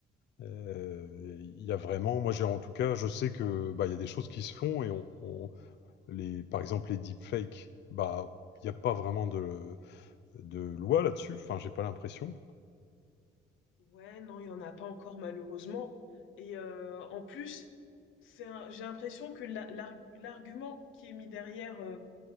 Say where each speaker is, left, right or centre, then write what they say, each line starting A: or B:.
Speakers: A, on the left; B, on the left.
A: Euh, Il y a vraiment, moi j'ai en tout cas, je sais que bah, il y a des choses qui se font et on, on- les, par exemple les deepfakes, bah il n'y a pas vraiment de de loi là-dessus. Enfin, j'ai pas l'impression.
B: Ouais, non, il y en a pas encore malheureusement. Et euh, en plus, c'est un- j'ai l'impression que la- l'ar- l'argument qui est mis derrière euh,